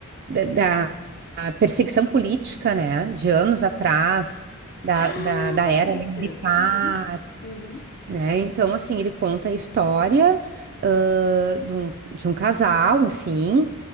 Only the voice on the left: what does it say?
Ah,
Patrícia.
Uhum, uhum.